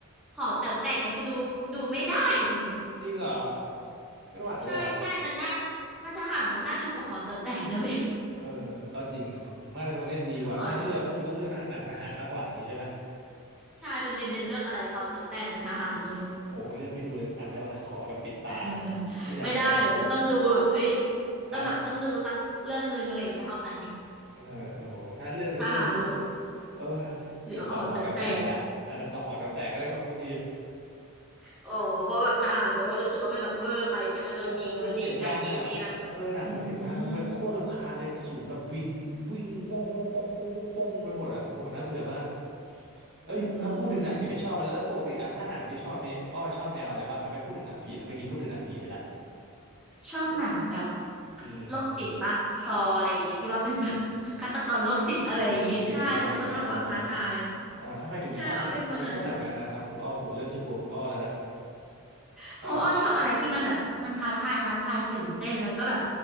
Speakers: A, in the centre; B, on the right.
A: หอแต๋วแตกเนี่ยคือดูดูไม่ได้เลย
B: จริงเหรอไม่ไหวเลยเหรอ
A: ใช่ใช่มันน่ามันทหารมันน่าดูกว่าหอแต๋วแตกนะ <laughs> เบน
B: เออก็จริงอ่ะไม่แต่มันก็ยังดีกว่าถ้าให้เลือกก็คือต้องเลือกหนังทหารมากกว่าอย่างนี้ใช่ไหม
A: หอใช่เป็นเบนเบนเลือกอะไรหอแต๋วแตกกับทหารอย่างเงี้ย
B: โหเลือกไม่ดูเลยสักอันได้ป่ะขอแบบปิดตา
A: <laughs>
B: ไม่อยากฟัง
A: ไม่ได้แบบว่าต้องดูแบบเอ้ย
B: ครับ
A: ต้องแบบต้องดูสักเรื่องหนึ่งอะไรอย่างเงี้ยเอาไหน
B: เออโอ้โหถ้าเลือกสักเรื่องหนึ่ง
A: ทหารเหรอ
B: เออเกือบตอบหอแต๋วแตกละอาจจะตอบหอแต๋วแตกก็ได้บางบางที
A: หรืออ๋อแต่แตก
B: <laughs>
A: อ๋อเพราะแบบทหารแบบว่ารู้สึกว่ามันแบบเวอร์ไปใช่ไหมโดนยิงนู่นยิงนั่นยิงนี่แล้ว
B: เออมันเสียงดังอ่ะมันเออหนังมันเสียงดังเป็นโคตรรำคาญเลยกระสุนแบบวิ่งวิ่งว่องว่องป่องป่องป่องป่องไปหมดอ่ะโอ้โหน่าเบื่อมาก
A: อืม
B: เอ้ยแล้วพูดถึงหนังนี่ไม่ชอบไปแล้วแล้วปกติอะถ้าหนังที่ชอบนี่อ้อชอบแนวอะไรบ้างอะไม่พูดถึงหนังผีนะเมื่อกี้พูดถึงหนังผีไปละ
A: อืมชอบหนังแบบ
B: อืม
A: โรคจิตปะซออะไรอย่างเงี้ยที่ว่าเป็นแบบ
B: โอ้
A: <laughs> ฆาตกรโรคจิตอะไรอย่างงี้ใช่เป็นคนชอบความท้าทาย
B: โหคุยกันยากอีกแล้วเราสองคนอ่าทำไมถึงชอบหนะทำไมชอบหนังแนวนั้นครับคุณอ้อผมเริ่มจะกลัวคุณอ้อแล้วนะ
A: ใช่อ้อเป็นคนอะไรที่แบบ เพราะว่าอ้อชอบอะไรที่มันแบบมันท้าทายท้าทายตื่นเต้นแล้วก็แบบ
B: ครับ